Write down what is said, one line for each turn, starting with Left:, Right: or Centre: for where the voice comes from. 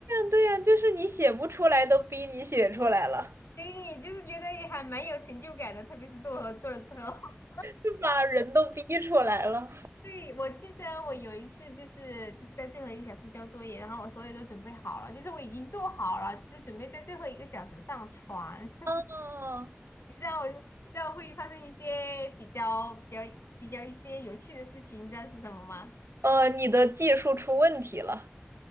Right: 对呀，就是你写不出来，都逼你写出来了，
Left: 对，就是觉得还蛮有成就感的，特别是做了做了之后。<laughs>
Right: 就把人都逼出来了。
Left: 对，我记得我有一次就是就是在最后一个小时交作业，然后我所有都准备好了，就是我已经做好了，只是准备在最后一个小时上传。<laughs>
Right: 啊，
Left: 你知道我知道会发生一些比较比较比较一些有趣的事情，你知道是什么吗？
Right: 呃，你的技术出问题了，